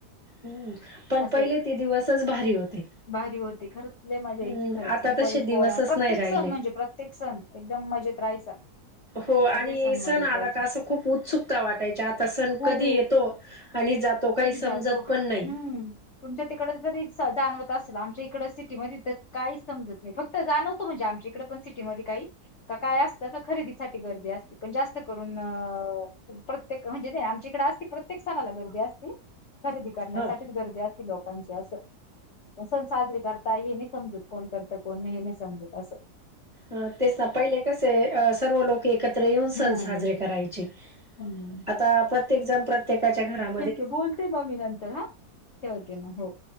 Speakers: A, on the right; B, on the left.
A: हम्म पण
B: असे
A: पहिले ते दिवसच भारी होते.
B: भारी होते खरंच. लय मजा
A: हम्म
B: यायची खरंच
A: आता तसे
B: बैल पोळा
A: दिवसच
B: प्रत्येक
A: नाही राहिले
B: सण म्हणजे प्रत्येक सण एकदम मजेत राहायचा.
A: हो आणि
B: सगळे
A: सण
B: मजेत
A: आला
B: राहायचे
A: का असं खूप उत्सुकता वाटायची आता सण
B: हो
A: कधी येतो. आणि जातो
B: कधी
A: काही समजत
B: जातो हम्म
A: पण नाही.
B: तुमच्या तिक. कडं जरी जाणवत असल आमच्या इकडं सिटीमधी तर काहीच समजत नाही फक्त जाणवतो म्हणजे आमच्या इकडं पण सिटी. टी मध्ये काही का काय असतं का खरेदीसाठी गर्दी असते पण जास्त करून अ. प्रत्येक म्हणजे नाही आमच्या इकडं असती प्रत्येक सणाला गर्दी असती खरेदी करण्यासाठीच
A: ह
B: गर्दी असती लोक. कांची असं सण पण साजरी करता हे नाही समजत कोण करतं कोण नाही हे नाही समजत असं
A: अ तेच ना पहिले कसे अ सर्व लोक एकत्र येऊन सण
B: हम्म
A: साजरे करायचे.
B: हम्म
A: आता प्रत्येक जण प्रत्येकाच्या घरात.
B: ठीके बोलते म मी नंतर हा ठेवते मग हो.